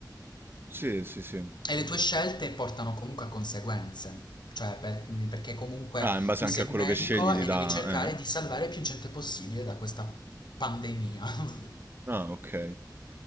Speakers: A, on the right (about 30°); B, on the left (about 85°).
A: Sì, sì, sì.
B: E le tue scelte portano comunque a conseguenze, cioè per- perché comunque
A: Ah, in base
B: tu
A: anche
B: sei
A: a quello
B: un medico
A: che scegli ti
B: e
A: dà
B: devi cercare
A: eh?
B: di salvare più gente possibile da questa pandemia.
A: Ah, okay.